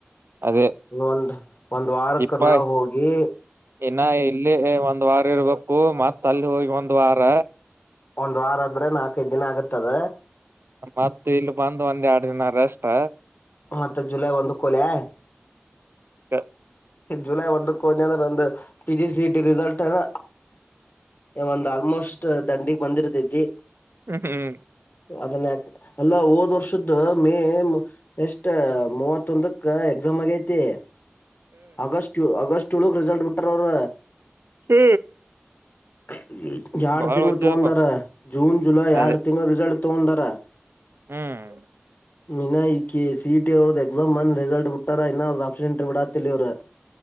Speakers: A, on the right (about 65°); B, on the left (about 45°).
A: ಅದೇ
B: ಇನ್ನ ಒಂದ್ ಒಂದ್ ವಾರಕ್ಕ
A: ಇಪ್ಪ
B: ನಾವ್ ಹೋಗಿ
A: ಇನ್ನ ಇಲ್ಲಿ ಒಂದ್ ವಾರ ಇರ್ಬೇಕು ಮತ್ತ್ ಅಲ್ಲಿ ಹೋಗಿ ಒಂದ್ ವಾರ
B: ಒಂದ್ ವಾರ ಆದ್ರೆ ನಾಲ್ಕೈದು ದಿನ ಆಗತ್ತದ
A: ಮತ್ತ ಇಲ್ಲಿ ಬಂದು ಒಂದ್ ಎರಡ್ ದಿನ ರೆಸ್ಟ್
B: ಮತ್ತ ಜುಲೈ ಒಂದಕ್ಕೋಲೆ
A: ಹ.
B: ಜುಲೈ ಒಂದಕ್ಕ ಹೊದ್ನಿ ಅಂದ್ರ ನಂದ P G C E T result ಅದ. ಒಂದ್ ಆಲ್ಮೋಸ್ಟ್ ದಂಡಿಗ ಬಂದಿರ್ತೈತಿ.
A: ಹ್ಮ್ ಹ್ಮ್
B: ಅದನ್ನ ಯಾಕ. ಅಲ್ಲ ಹೋದ್ ವರ್ಷದ್ದ ಮೇ ಎಸ್ಟ್ ಮೂವತ್ತೊಂದಕ್ಕ ಎಕ್ಸಾಮ್ ಆಗೈತಿ. August August. ಚುಳಕ್ ರಿಸಲ್ಟ್ ಬಿಟ್ಟಾರ್ ಅವ್ರ.
A: ಹ್ಮ್.
B: ಹ. <inaudible> ಯಾಡ
A: ಬಾಳ್
B: ತಿಂಗಳ
A: ವಜ್ಜದಪ್ಪ
B: ತಗೊಂದಾರ ಜೂನ್ ಜುಲೈ ಯಾಡ
A: ಅದೇ
B: ತಿಂಗಳ ರಿಸಲ್ಟ್. ತೊಂದರ.
A: ಹ್ಮ್.
B: ಇನ್ನ ಈ ಸಿ ಇ ಟಿ ಅವ್ರದ ಎಕ್ಸಾಮ್ ಅಂದ್ ರಿಸಲ್ಟ್ ಬಿಟ್ಟಾರ ಇನ್ನ ಅವ್ರದ ಆಪ್ಸೆಂಟ್ರ್ ಬಿಡ. ತ್ತೂರು. <inaudible>